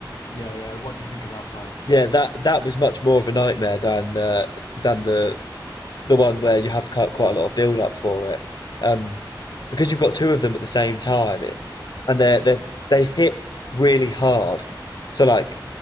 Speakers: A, on the left; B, on the left.
A: Yeah, yeah. What do you think of that fight?
B: Yeah, that that was much more of a nightmare than uh, than the the one where you have quite quite a lot of build up for it, um, because you've got two of them at the same time, it, and they they they hit really hard. So like,